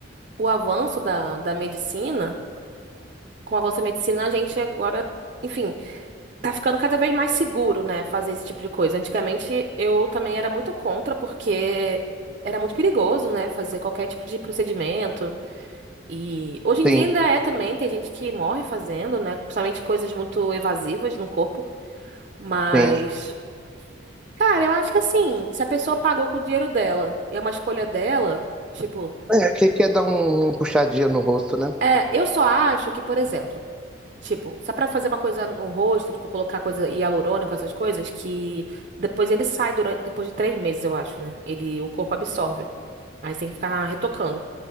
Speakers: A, on the right (about 45°); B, in the centre.
A: o avanço da, da medicina, com o avanço da medicina, a gente agora, enfim. Tá ficando cada vez mais seguro, né, fazer esse tipo de coisa. Antigamente eu também era muito contra, porque era muito perigoso, né, fazer qualquer tipo de procedimento. E hoje em
B: Sim,
A: dia ainda é também, tem gente que morre fazendo, né, principalmente coisas muito evasivas no corpo. Mas,
B: sim.
A: cara, eu acho que assim, se a pessoa pagou com o dinheiro dela e é uma escolha dela, tipo,
B: É, que quer dar um- uma puxadinha no rosto, né?
A: é, eu só acho que, por exemplo, Tipo, só pra fazer uma coisa no rosto, tipo, colocar coisa hialurônico, essas coisas, que depois ele sai durante, depois de três meses, eu acho, né? Ele, o corpo absorve. Aí você tem que ficar retocando.